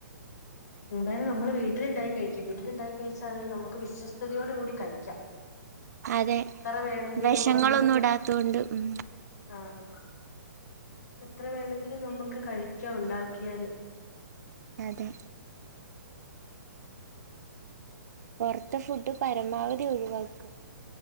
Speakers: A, on the left; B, on the right.
A: എന്താലും നമ്മള് വീട്ടിലുണ്ടായി കഴിക്കും വീട്ടിൽണ്ടായി കഴിച്ചാൽ അത് നമുക്ക് വിശ്വസ്തയോട് കൂടി കഴിക്കാം
B: അതെ
A: എത്ര വേണെങ്കിലും
B: വെഷങ്ങളൊന്നും ഇടാതോണ്ട് ഉം
A: ആഹ് എത്ര വേണങ്കിലും നമക്ക് കഴിക്കാ ഉണ്ടാക്ക്യാല്
B: അതെ പൊറത്തെ ഫുഡ്ഡ് പരമാവധി ഒഴിവാക്ക